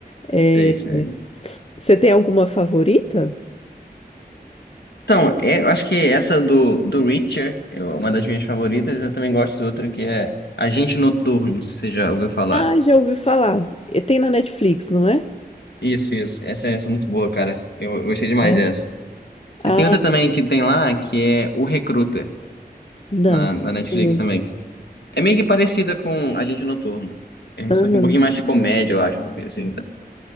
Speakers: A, on the left (about 35°); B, on the left (about 80°).
A: Eh,
B: É isso, né?
A: você tem alguma favorita?
B: Então, é, eu acho que essa do, do Reacher é uma das minhas favoritas, eu também gosto de outra que é Agente Noturno, se você já ouviu falar.
A: Ah, já ouvi falar. E Tem na Netflix, não é?
B: Isso, isso. Essa, essa é muito boa, cara. Eu, eu gostei demais
A: né?
B: dessa. E
A: Ah,
B: tem outra também que tem lá, que é O Recruta,
A: não.
B: na, na Netflix
A: Conheço.
B: também. É meio que parecida com Agente Noturno. É,
A: Aham.
B: só que um pouquinho mais de comédia, eu acho, porque assim, tá-